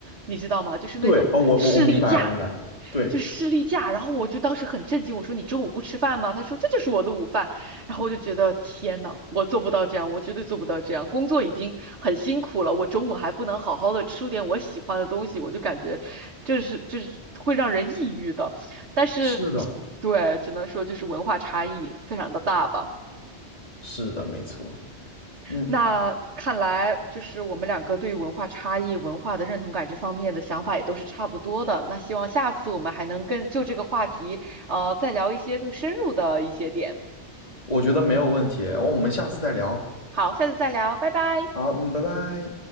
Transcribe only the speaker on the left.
对，哦，我我我明白，我明白，对，
是的，
是的，没错，嗯，
我觉得没有问题，我们下次再聊，
好，嗯，拜拜。